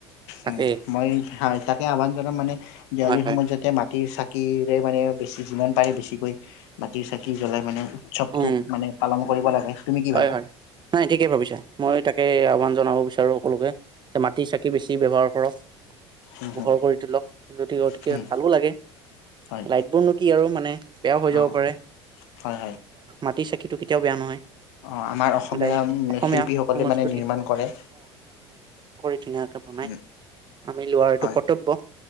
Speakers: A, on the right (about 30°); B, on the left (about 75°).
A: তাকেই
B: উম মই তাকে আহ্বান জনাম মানে দেৱালীৰ
A: হয় হয়
B: সময়ত যাতে মাটিৰ চাকি বাকীৰে মানে বেছি যিমান পাৰে বেছিকৈ মাটিৰ চাকি জ্বলাই মানে উৎসৱটো
A: উম
B: মানে পালন কৰিব লাগে তুমি কি
A: হয়
B: ভাবা
A: হয় নাই ঠিকেই ভাবিছা মই তাকে আহ্বান জনাব বিচাৰো সকলোকে যে মাটি চাকি বেছি ব্যৱহাৰ ধৰক
B: হুম
A: পোহৰ
B: হুম
A: কৰি তোলক যদি গতিকে
B: হুম
A: ভালো লাগে
B: হয়
A: লাইট বোৰ নো কি আৰু মানে বেয়াও হৈ
B: অ
A: যাব পাৰে
B: হয়
A: মাটি চাকিটো কেতিয়াও বেয়া নহয়।
B: অহ আমাৰ অসমীয়া
A: সদায়
B: শিল্পীসকলে
A: সংস্কৃতি
B: মানে নিৰ্মাণ কৰে।
A: ধুনীয়াকৈ বনাই।
B: উম,
A: আমি লোৱাৰ এইটো
B: হয়,
A: কৰ্তব্য